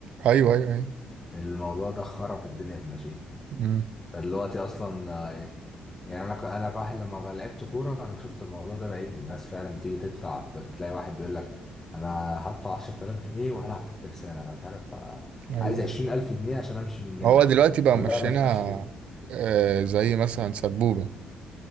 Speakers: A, on the right (about 60°); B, on the left (about 15°).
A: ايوه ايوه ايوه
B: الموضوع ده خرب الدنيا في الناشئين
A: امم
B: ده دلوقتي اصلا آه، يعني انا ك- انا كواحد لما لعبت كوره انا شفت الموضوع ده بعيني الناس فعلا تيجي تدفع ف- تلاقي واحد بيقول لك انا هدفع 10000 جنيه وهلعب في الترسانه انا مش عارف آه،
A: ايوه
B: عايز
A: ايوه
B: 20000 جنيه عشان امشي من النادي
A: هو دلوقتي بقى
B: كلها
A: ماشيينها
B: بقت ماشيه كده
A: آه زي مثلا سبوبه